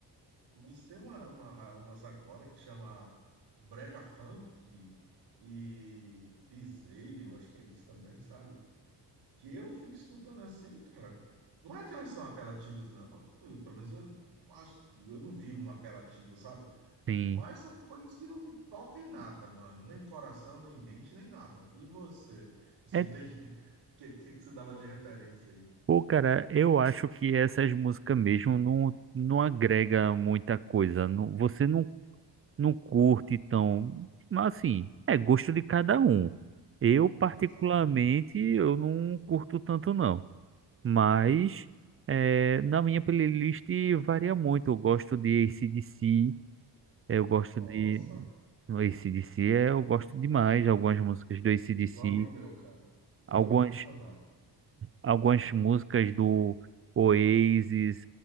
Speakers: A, on the right; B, on the right.
A: mas tem uma, uma- umas agora que chama Brega Funk e Piseiro, acho que é isso também, sabe? que eu fico escutando assim, cara. Não é que elas são apelativas, não. Eu, pelo menos eu não acho, eu não vi uma apelativa, sabe?
B: Sim.
A: Mas são coisas que não me tocam em nada, mano. Nem coração, nem mente, nem nada. E você? Assim,
B: é
A: tem. <laughs> O que, que, que você dava de referência aí?
B: Pô, cara, eu acho que essas músicas mesmo não, não agrega muita coisa. Não, você não, não curte tão. Mas assim, é gosto de cada um. Eu, particularmente,
A: Exatamente.
B: eu não curto tanto, não. Mas é, na minha playlist varia muito. Eu gosto de AC/DC, eu gosto
A: Nossa,
B: de. No AC/DC é, eu gosto demais. Algumas músicas do AC/DC,
A: igual um amigo meu, cara. Eu tenho
B: algumas
A: um amigo que é fanático.
B: algumas músicas do Oasis,